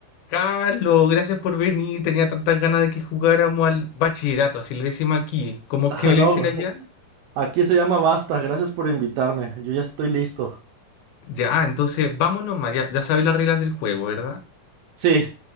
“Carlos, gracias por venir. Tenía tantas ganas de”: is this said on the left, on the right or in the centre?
Left